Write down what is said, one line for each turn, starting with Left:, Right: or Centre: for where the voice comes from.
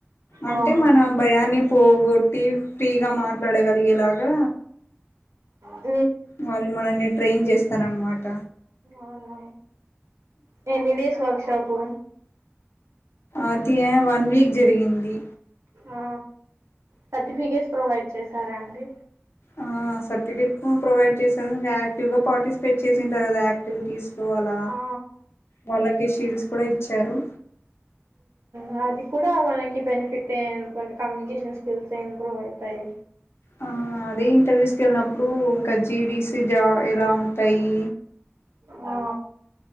Left: అంటే
Right: ఆహా
Left: మన భయాన్ని పోగొట్టి గట్టి గమాట్లాడేగలిగేలాగా
Right: అ
Left: వాళ్ళ మనల్ని ట్రైన్ చేస్త స్తను అనమాట
Right: అవును నేను ఇదే సంవత్సం లోపు
Left: అది ఎవన్ వీక్ జరిగింది
Right: ఆ సర్టిఫికేట్స్ ప్రొవైడ్ చేసారా అండి
Left: ఆ సర్టిఫికెట్ ప్రొవైడ్ చేశారు ఇంకా యాక్టివ్ గా పార్టిసిపేట్ చేసినర్ కదా యాక్టివిటీస్ అలా
Right: ఆ
Left: వాళ్ళకి సీల్స్ ఇప్పుడె ఇచ్చారు
Right: హ అది కూడా మనకి బనిఫిట్టే ఏ అంత ఇే కమ్యూనికేషన్ స్కిల్స్ ఇంప్రూవ్ అ యిపోయి
Left: ఆ అదే ఇంటర్వ్యూస్క వెళ్ళినప్పుడు ఇంకా జీడిస జా ఎలా ఉంటాయి
Right: ఆ